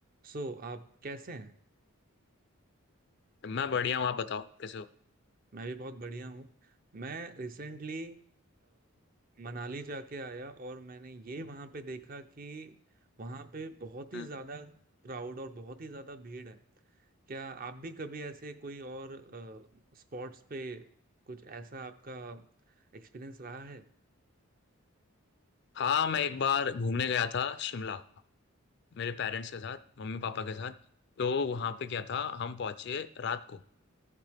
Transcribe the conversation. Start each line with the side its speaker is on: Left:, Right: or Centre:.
Right: सो so, आप कैसे हैं
Left: मैं बढ़िया हूँ आप बताओ कैसे हो
Right: मैं भी बहुत बढ़िया हूँ मैं रिसेंटली मनाली जाके आया और मैंने ये वहाँ पे देखा कि वहाँ पे बहुत ही
Left: हम्म।
Right: ज़्यादा क्राउड और बहुत ही ज़्यादा भीड़ है क्या आप भी कभी ऐसे कोई और स्पॉट्स पे कुछ ऐसा आपका एक्सपीरियंस रहा है
Left: हाँ मैं एक बार घूमने गया था शिमला मेरे पेरेंट्स के साथ मम्मी पापा के साथ तो वहाँ पे क्या था हम पहुंचे रात को